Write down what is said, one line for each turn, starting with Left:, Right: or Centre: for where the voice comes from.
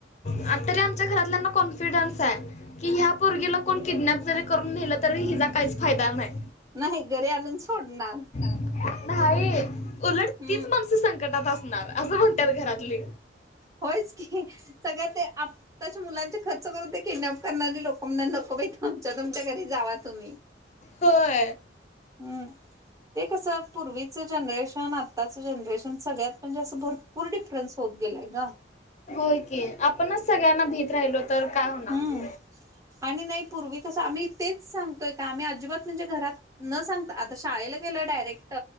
Left: आ तरी आमच्या घरातल्यांना कॉन्फिडन्स आहे. कि ह्या पोरगीला कोण किडनॅप जरी करून नेलं तरी, हिचा काहीच फायदा नाय.
Right: नाही घरी आणून सोडणार.
Left: नाही उलट
Right: हम्म
Left: तीच माणसं संकटात असणार असं म्हणतात घरातली.
Right: होय च की सगळ्या ते आताच्या मुलांचे खर्च करून ते किडनॅप करणारी लो <unintelligible> नको बाई तुमच्या तुमच्या घरी जावा तुम्ही.
Left: होय.
Right: हम्म. ते कसं पूर्वीचं जनरेशन, आत्ताचं जनरेशन सगळ्यात म्हणजे असं भर. पूर डिफरन्स होत गेलाय ग.
Left: होय की आपणच सगळ्यांना भीेत राहिलो तर काय होणार
Right: हम्म
Left: मग
Right: आणि नाही पूर्वी कसं आम्ही तेच सांगतोय का आम्ही अजिबात म्हणजे घरात न सांगता आता शाळेला गेल डायरेक्ट.